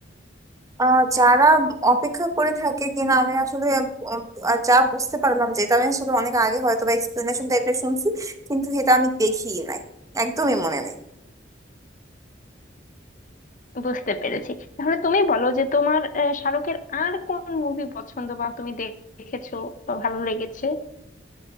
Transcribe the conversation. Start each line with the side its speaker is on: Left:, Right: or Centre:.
Right: আহ যারা অপেক্ষা করে থাকে কিনা আমি আসলে উম, আহ, যা বুঝতে পারলাম যেটা আমি আসলে অনেক আগে হয়তো বা এক্সপ্লেনেশন টাইপের শুনছি কিন্তু এটা আমি দেখিই নাই একদমই মনে নেই
Left: বুঝতে পেরেছি তাহলে তুমি বলো যে তোমার আহ, শাহরুখের আর কোন মুভি পছন্দ বা তুমি দেখেছো বা ভালো লেগেছে